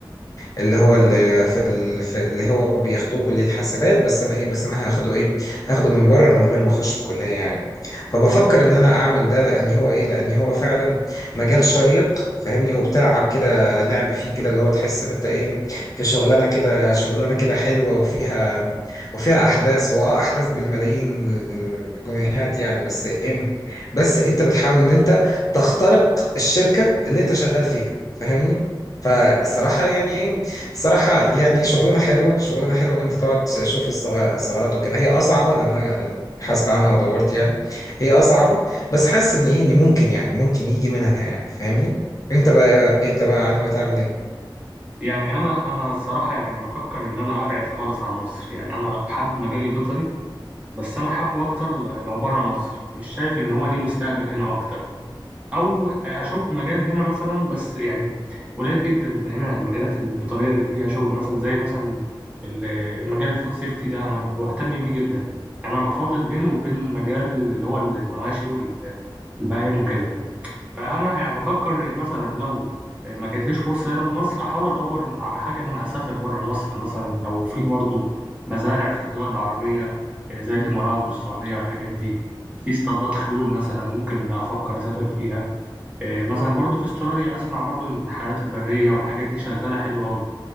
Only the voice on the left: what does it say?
اللي هو اللي في ال- في- اللي هو بياخدوه كلية حاسبات بس انا ايه بس انا هاخده ايه هاخده من بره من غير ما اخش الكلية يعني فبفكر ان انا اعمل ده لان هو ايه لان هو فعلا مجال شيق فاهمني وبتلعب كده لعب فيه كده اللي هو تحس ان انت ايه في شغلانة كده شغلانة كده حلوة وفيها وفيها احداث واه احداث بالملايين الجنيهات يعني بس ايه بس انت بتحاول ان انت تخترق الشركة اللي انت شغال فيها فاهمني فالصراحة يعني ايه صراحة يعني شغلانة حلوة شغلانة حلوة إن أنت تقعد تشوف الثغ- الثغرات وكده هي أصعبة لأن أنا بحثت عنها ودورت يعني هي أصعبة بس حاسس إن إيه إن ممكن يعني ممكن يجي منها يعني فاهمني أنت بقى أنت بقى ناوي تعمل إيه؟